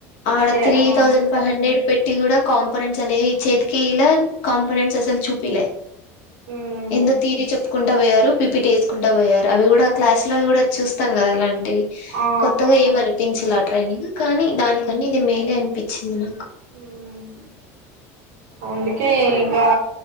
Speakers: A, on the left (about 70°); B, on the right (about 80°).
A: ఆడ
B: ఏ
A: త్రి
B: ఆ
A: థౌసండ్ ఫైవ్ హండ్రెడ్ పెట్ ఇట్టి కూడా కాంపోనెంట్స్ అనేవి చేతికి ఇలా కాంపనెంట్స్ అసలు చూపిలే
B: ఉమ్
A: ఎందో తీరి చెప్పుకుంటా పోయారు పిపిటీ వేసుకుంటా పోయారు అవి కూడా క్లాస్ లో కూడా చూస్తాం కదా అలాం వి
B: ఆ
A: కొత్తగా ఏమీ అనిపించలా ట్రైనింగ్ కానీ దానికన్ని ఇది మేలే అనిపించింది నాకు
B: హ్మ్ అందుకే ఇంకా